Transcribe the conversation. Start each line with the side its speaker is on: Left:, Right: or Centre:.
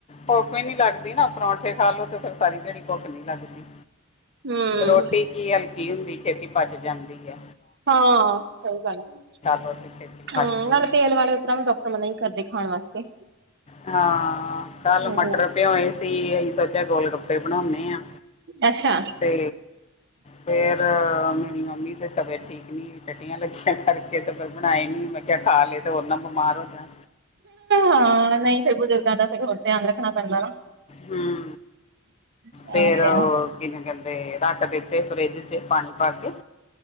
Left: ਹੋਰ ਕੋਈ ਨੀ ਲਗਦੀ ਨਾ ਪਰੌਂਠੇ ਖਾ ਲੋ ਤੇ ਫਿਰ ਸਾਰੀ ਦਿਹਾੜੀ ਤੇ ਭੁੱਖ ਨੀ ਲੱਗਦੀ
Right: ਹਮ
Left: ਰੋਟੀ ਕੀਲ ਕੀ ਹੁੰਦੀ ਛੇਤੀ ਪਚ ਜਾਂਦੀ ਐ।
Right: ਹਾਂ, ਸਹੀ ਗੱਲ ਆ
Left: ਲੋ ਤੇ ਛੇਤੀ ਪਚਦੇ
Right: ਹੂੰ ਨਾਲੇ
Left: ਨੀ
Right: ਤੇਲ ਵਾਲੇ ਉਤਰ ਵੀ ਡਾਕਟਰ ਮਨਾ ਹੀ ਕਰਦੇ। ਖਾਣ ਵਾਸਤੇ
Left: ਹਾਂ, ਕੱਲ
Right: ਹੂੰ।
Left: ਮਟਰ ਪਿਉਏ ਸੀ ਅਸੀਂ ਸੋਚਿਆ ਗੋਲ ਗੱਪੇ ਬਣਾਉਣੇ ਆ।
Right: ਅੱਛਾ।
Left: ਤੇ ਫੇਰ ਮੇਰੀ ਮੰਮੀ ਦੀ ਤਬੀਅਤ ਠੀਕ। ਟੱਟੀਆਂ ਲੱਗੀਆਂ ਕਰਕੇ ਤੇ ਫਿਰ ਬਣਾਏ ਨੀ ਮੈਂ ਕਿਹਾ ਖਾ ਲਏ ਤੇ ਹੋਰ ਨਾ ਬਿਮਾਰ ਹੋ ਜਾਣ।
Right: ਹਾਂ, ਨਹੀਂ ਫਿਰ ਬਜ਼ੁਰਗਾਂ ਦਾ ਫਿਰ ਹੋਰ ਧਿਆਨ ਰੱਖਣਾ ਪੈਂਦਾ ਨਾ।
Left: ਹੂੰ।
Right: ਅੱਛਾ
Left: ਫੇਰ ਉਹ ਕਿਹਨੇ ਕਹਿੰਦੇ ਰੱਖ ਦਿੱਤੇ ਫਰਿੱਜ ਚ ਪਾਣੀ ਪਾ ਕੇ।